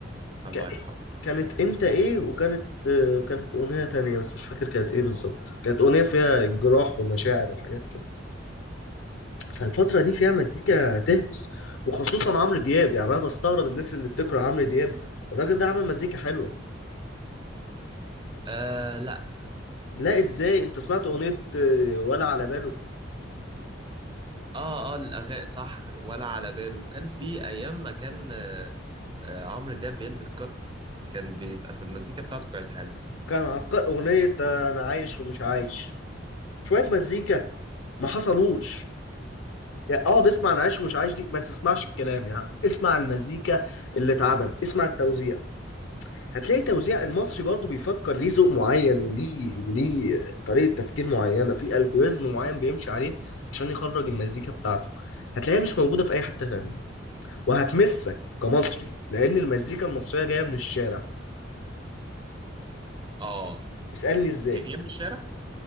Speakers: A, on the right; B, on the left.
A: الله
B: ك-
A: يرحمه
B: كانت أنت إيه وكانت آه، وكانت أغنية تانية بس مش فاكر كانت إيه بالظبط كانت أغنية فيها جراح ومشاعر وحاجات كده فالفترة دي فيها مزيكا تهمس وخصوصا عمرو دياب يعني انا بستغرب الناس اللي بتكره عمرو دياب الراجل ده عمل مزيكا حلوة
A: آه لا
B: لا ازاي انت سمعت اغنية آه، ولا على باله
A: اه اه الاغاني صح ولا على باله كان في ايام ما كان آه آه، عمرو دياب بيلبس كات كان بيبقى في المزيكا بتاعته كانت حلوه
B: كان عبقري اغنية آه، انا عايش ومش عايش شوية مزيكا ما حصلوش يعني اقعد اسمع انا عايش ومش عايش دي ما تسمعش الكلام يا عم اسمع المزيكا اللي اتعملت اسمع التوزيع هتلاقي توزيع المصري برضو بيفكر ليه ذوق معين وليه وليه طريقة تفكير معينة في الجوريزم معين بيمشي عليه عشان يخرج المزيكا بتاعته هتلاقيها مش موجودة في أي حتة تانية وهتمسك كمصري لأن المزيكا المصرية جاية من الشارع
A: اه
B: اسألني إزاي
A: هي جايه من الشارع